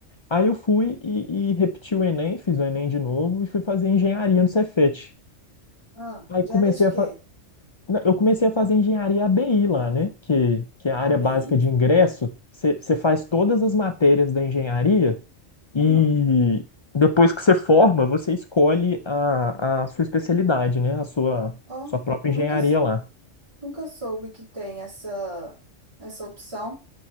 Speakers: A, on the left; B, on the right.
A: Aí eu fui e, e repeti o Enem, fiz o Enem de novo e fui fazer engenharia no Cefet.
B: ah.
A: Aí
B: Diária
A: comecei
B: de quê?
A: a fa... na- eu comecei a fazer engenharia ABI lá, né? Que, que é a área
B: ABI?
A: básica de ingresso. Você faz todas as matérias da engenharia e
B: Hum.
A: depois que você forma, você escolhe a, a sua especialidade, né? A sua,
B: Ó,
A: sua própria
B: nunca,
A: engenharia lá.
B: nunca soube que tem essa, essa opção.